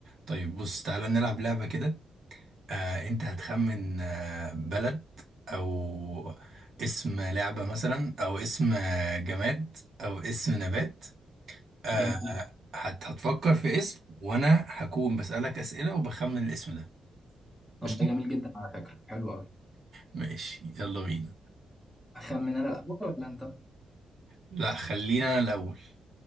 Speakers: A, on the right (about 55°); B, in the centre.
A: طيب بص تعالى نلعب لعبة كده آه انت هتخمن آه بلد او اسم لعبة مثلا او اسم آه، جماد او اسم نبات آه
B: جميل
A: هت هتفكر في اسم وانا هكون بسألك اسئلة وبخمن الاسم ده
B: طب
A: قشطة
B: ده جميل جدا على فكرة حلو قوي
A: ماشي يلا بينا
B: اخمن انا الاول ولا انت
A: لا خلينا انا الاول